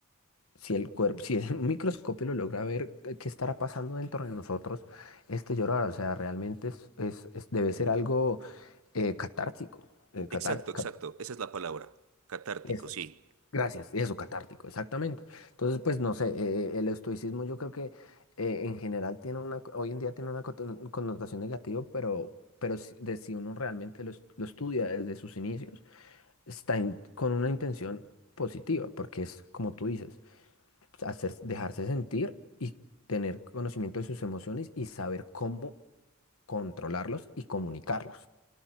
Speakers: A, on the left; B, on the right.
A: Si el cuerpo, si el <laughs> microscopio lo logra ver eh, qué estará pasando dentro de nosotros, este llorar, o sea, realmente es, es- es- debe ser algo eh, catártico.
B: <laughs>
A: eh, catar,
B: Exacto, exacto.
A: cat-
B: Esa es la palabra. Catártico,
A: es-
B: sí.
A: gracias, eso, catártico, exactamente. Entonces, pues no sé, eh, eh, el estoicismo yo creo que eh, en general tiene una, co- hoy en día tiene una coto- connotación negativa, pero, pero si, de si uno realmente lo, es- lo estudia desde sus inicios, está in- con una intención positiva, porque es como tú dices hacer- dejarse sentir y tener conocimiento de sus emociones y saber cómo controlarlos y comunicarlos.